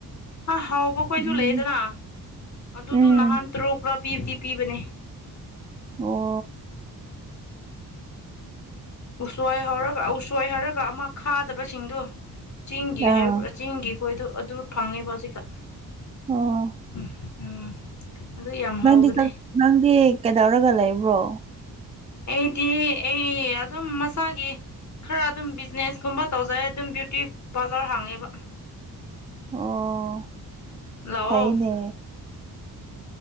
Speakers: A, on the left; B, on the right.
A: ꯍꯥ ꯍꯥꯎꯕꯈꯣꯏꯁꯨ
B: ꯎꯝ
A: ꯂꯩꯌꯦꯗꯅ ꯑꯗꯨꯗꯣ
B: ꯎꯝ
A: ꯅꯍꯥꯟ ꯇꯔꯨꯛ ꯂꯥ ꯄꯤꯕꯗꯤ ꯄꯤꯕꯅꯦ
B: ꯑꯣ
A: ꯎꯁꯣꯏ ꯍꯧꯔꯒ ꯎꯁꯣꯏ ꯍꯥꯏꯔꯒ ꯑꯃ ꯈꯥꯗꯕꯁꯤꯡꯗꯨ ꯆꯤꯡꯒꯤ
B: ꯑꯥ
A: ꯍꯥꯏ꯭ꯕꯔ ꯆꯤꯡꯒꯤ ꯑꯩꯈꯣꯏꯗꯣ ꯑꯗꯨ ꯐꯪꯉꯦꯕ ꯍꯧꯖꯤꯛꯀꯥꯟ
B: ꯑꯣ
A: ꯎꯝ ꯎꯝ ꯑꯗꯨ ꯌꯥꯝ ꯍꯥꯎꯕꯅꯦ
B: ꯅꯪꯗꯤ ꯅꯪꯗꯤ ꯀꯩꯗꯧꯔꯒ ꯂꯩꯕ꯭ꯔꯣ
A: ꯑꯩꯗꯤ ꯑꯩ ꯑꯗꯨꯝ ꯃꯁꯥꯒꯤ ꯈꯔ ꯑꯗꯨꯝ ꯕꯤꯖꯤꯅꯦꯁ ꯀꯨꯝꯕ ꯇꯧꯖꯔꯦ ꯑꯗꯨꯝ ꯗꯦꯠꯀꯤ ꯄꯥꯂꯔ ꯍꯥꯡꯉꯦꯕ
B: ꯑꯣ
A: ꯂꯥꯑꯣ
B: ꯐꯩꯅꯦ